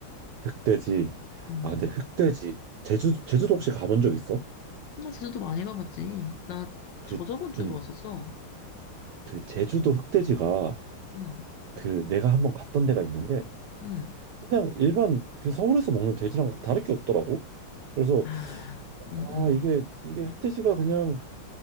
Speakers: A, on the right; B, on the left.
A: 흑돼지.
B: 응.
A: 아, 근데 흑돼지. 제주, 제주도 혹시 가본 적 있어?
B: 나 제주도 많이 가봤지. 나
A: 그,
B: 저저번 주에도
A: 음,
B: 왔었어.
A: 그 제주도 흑돼지가
B: 응,
A: 그 내가 한번 갔던 데가 있는데
B: 응.
A: 그냥 일반 그 서울에서 먹는 돼지랑 다를 게 없더라고. 그래서
B: 아, 응,
A: 아,
B: 응,
A: 이게 이게 흑돼지가 그냥